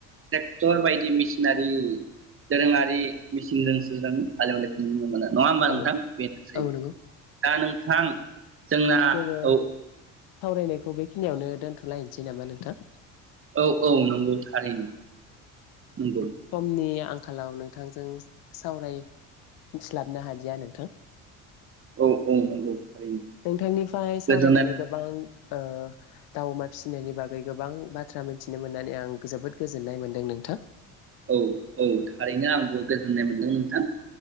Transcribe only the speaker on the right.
टेक्टर बायदि मेसिनारि दोरोङारि मिसिनजोंसो जों हालेवनायखौ नुनो मोनो नङा होमबा
नोंथां बेनोसै
दा नोंथां जोंना
औ
औ औ नंगौ थारैनो नंगौ
औ औ नंगौ थारैनो
गोजोननाय
औ औ थारैनो आंबो गोजोननाय मोन्दों नोंथां